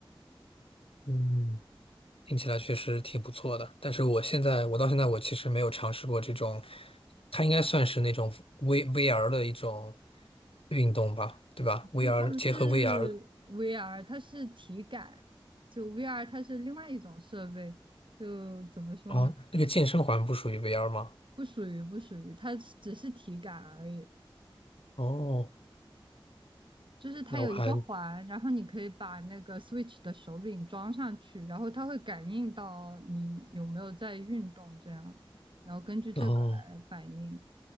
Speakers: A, on the left (about 80°); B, on the right (about 60°).
A: 嗯。听起来确实挺不错的，但是我现在，我到现在我其实没有尝试过这种，它应该算是那种 V VR 的一种运动吧，对吧？VR
B: 就是它不是
A: 结合 VR，
B: VR，它是体感，就 VR 它是另外一种设备，就怎么说呢？
A: 哦，那个健身环不属于 VR 吗？
B: 不属于不属于，它只是体感而已。
A: 哦，
B: 就是它有一个环，
A: 那我还，
B: 然后你可以把那个 Switch 的手柄装上去，然后它会感应到你有没有在运动这样，然后根据这个来反应。
A: 哦，